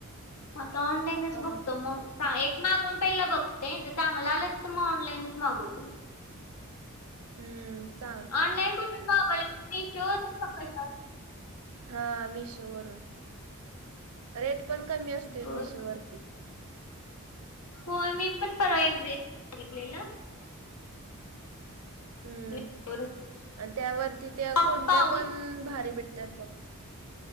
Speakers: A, on the left; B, on the right.
A: म आता ऑन लाईनचं
B: हा
A: बघतो मग एक मागवून पहिला बघते जर चांगलं आलं तर मग ऑनलाईनच मागवते मग.
B: हम्म चाल
A: ऑनलाईन कुठून मागवलेल मेशो वरून का कशावरून?
B: हा मिशोवरून रेट पण कमी असतोय
A: बर
B: मिशोवर.
A: होय मी पण परवा एक ड्रेस बगितलेला.
B: हम्म
A: मिशोवरून.
B: आणि त्यावरती त्या
A: हा
B: कुंड्या
A: पाऊस
B: पण भारी भेटत्यात बघ.